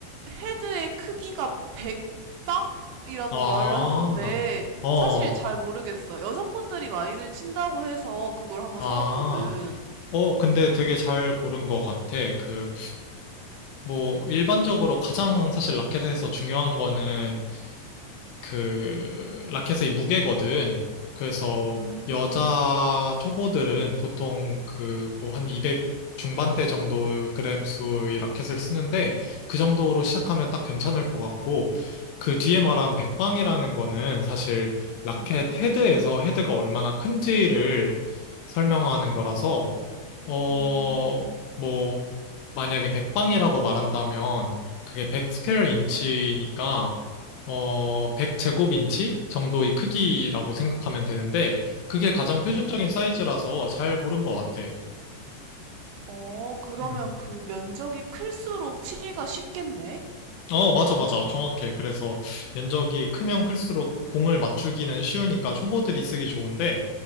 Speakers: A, on the right; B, on the left.
A: 헤드의 크기가 100방이라고
B: 아,
A: 말을 하던데
B: 어,
A: 사실 잘 모르겠어. 여성분들이 많이들 친다고 해서 그걸 한번
B: 아,
A: 사봤거든.
B: 어, 근데 되게 잘 고른 것 같아. 그, 뭐, 일반적으로 가장 사실 라켓에서 중요한 거는 그 라켓의 무게거든. 그래서
A: 음.
B: 여자 초보들은 보통 그 뭐 한 200 중반대 정도 그램 수의 라켓을 쓰는데 그 정도로 시작하면 딱 괜찮을 것 같고 그 뒤에 말한 백방이라는 거는 사실 라켓
A: 음,
B: 헤드에서 헤드가 얼마나 큰지를 설명하는 거라서 어
A: 음,
B: 뭐 만약에 백방이라고 말한다면 그게 100 스퀘어 인치니까 어, 100제곱인치 정도의 크기라고 생각하면 되는데, 그게 가장 표준적인
A: 음.
B: 사이즈라서 잘 고른 것 같아.
A: 어, 그러면
B: 음.
A: 그 면적이 클수록 치기가 쉽겠네?
B: 어, 맞아, 맞아. 정확해. 그래서 면적이 크면 클수록 공을 맞추기는 쉬우니까 초보들이 쓰기 좋은데,